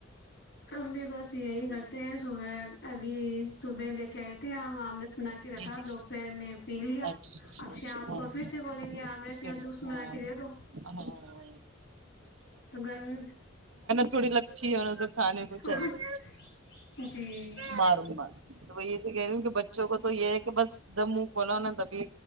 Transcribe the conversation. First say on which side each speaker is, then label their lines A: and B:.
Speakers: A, on the left (about 60°); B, on the right (about 75°).
A: ہم بھی بس یہی کرتے ہیں صبح ابھی صبح لے کے آئے تھ ہیں ہم آم بنا کے رکھا
B: جی جی
A: دو پیر میں پی لیا
B: اچھا
A: اب
B: اچھا اچھا
A: شام
B: ہاں
A: کو پھر سے بولیں گے آم رس
B: پھر
A: یہ جوس
B: ہاں
A: بنا کے دے دو
B: ہاں
A: تو گرمی
B: جووڑی لگھی ہے اور کھانے کو
A: میں
B: چاہیے
A: جی
B: ماروں مار تو وہ یہ تو کہہ رہی ہوں کہ بچوں کو تو تو یہ ہے کہ بس جب منہ کھولا تبھی